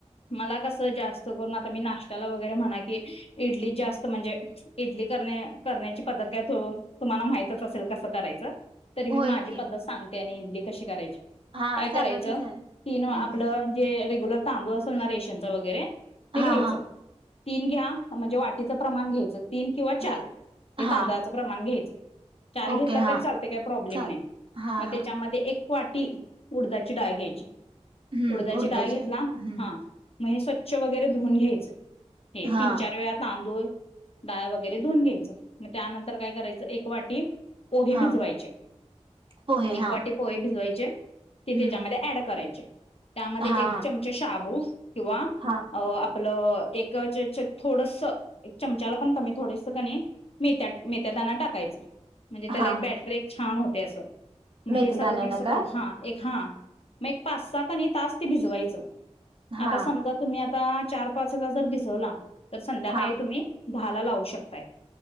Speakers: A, on the left; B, on the right.
A: मला कसं जास्त करून आता मी नाशत्याला वगैरे म्हणा की इडली जास्त म्हणजे इडली कर करण्याची पद्धत काय <unintelligible> तुम्हाला माहितच असेल. कसं करायचं तरी मी
B: होय
A: माझी
B: की
A: पद्धत सांगते आणि इडली कशी करायची.
B: हा
A: काय
B: सांगा
A: करायचं
B: की जरा हम्म
A: की न आपलं जे रेग्युलर तांदूळ असेल ना रेशनच वगैरे ते
B: हा
A: घ्यायचं.
B: हा
A: तीन घ्या म्हणजे वाटीचं प्रमाण घ्यायचं तीन किंवा चार
B: घे
A: हे
B: हा
A: तांदळाचं प्रमाण घ्यायचं चार घेतला
B: ओके हा
A: तरी चालते काय प्रॉब्लेम
B: चाल
A: नाय
B: हा
A: म त्याच्यामध्ये
B: हा
A: एक वाटी उडदाची डाळ घ्यायची.
B: हम्म
A: उडदाची डाळ घेतला
B: हम्म
A: हा म हे स्वच्छ वगैरे धुऊून घ्यायचं. हे
B: हा
A: तीन चार वेळा तांदूळ- डाळ वगैरे धुऊन घ्यायचं. म त्यानंतर काय करायचं एक वाटी पोहे
B: हा
A: भिजवायचे
B: पोहे
A: एक
B: हा
A: वाटी पोहे भिजवायचे ते
B: हम्म
A: त्याज्यामध्ये ऍड करायचे त्यामध्ये
B: हा
A: एक चम चे शाबू किंवा
B: हा
A: अ आपलं एक च च थोडस एक चमचाला पण कमी थोडेस कनी मेथ्या मेथ्यादाना टाकायचं. म्हणजे त्याला
B: हा
A: एक बॅटर एक छान होतय असं, म
B: मेथीदाण्यानं
A: हे सगळं मिक्स करून
B: काय
A: हा एक हा- म एक पाचसहा कनय तास ते भिजवायचं
B: हा
A: आता समजा तुम्ही आता चार पाच ला जर भिजवला तर संध्याकाळी
B: हा
A: तुम्ही दहाला लावू शकताय.